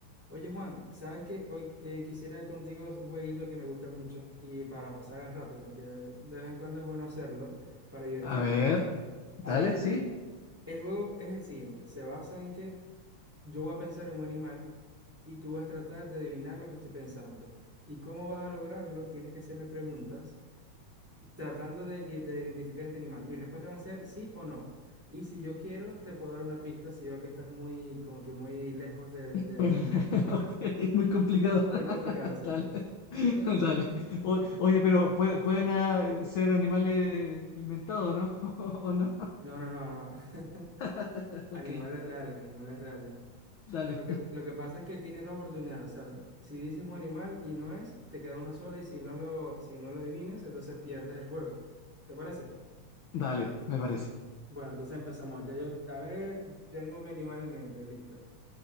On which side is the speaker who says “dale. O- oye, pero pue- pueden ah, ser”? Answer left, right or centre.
Left